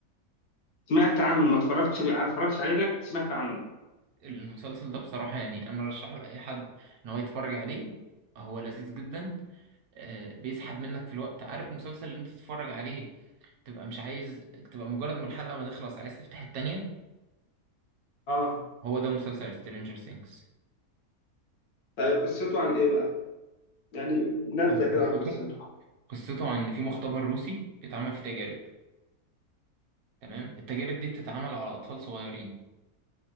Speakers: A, on the left; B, on the right.
A: سمعت عنه ما اتفرجتش ما اتفرجتش عليه لك سمعت عنه
B: المسلسل ده بصراحة يعني انا رشحه لأي حد ان هو يتفرج عليه هو لذيذ جدا آه، بيسحب منك في الوقت عارف المسلسل اللي انت تتفرج عليه تبقى مش عايز تبقى مجرد ما الحلقة ما تخلص عايز تفتح التانية
A: اه
B: هو ده مسلسل سترينجر سينجز
A: طيب قصته عن ايه بقى يعني نبذة
B: هو قصته
A: كده عن قصته
B: قصته عن إن في مختبر روسي بيتعمل فيه تجارب تمام التجارب دي بتتعمل على أطفال صغيرين